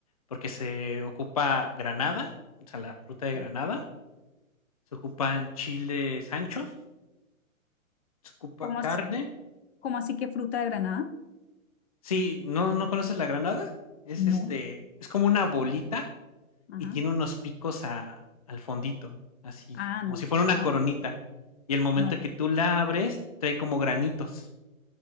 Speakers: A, on the left; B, on the left.
A: porque se ocupa granada, o sea, la fruta de
B: ¿sí?
A: granada, se ocupan chiles anchos, se ocupa
B: ¿Cómo
A: carne.
B: así, cómo así que fruta de Granada?
A: Sí, ¿no, no conoces la granada? Es
B: No.
A: este, es como una bolita
B: Ajá.
A: y tiene unos picos a- al fondito, así,
B: Ah,
A: como
B: no,
A: si fuera una
B: no,
A: coronita. Y el momento
B: no. no.
A: que tú la abres, trae como granitos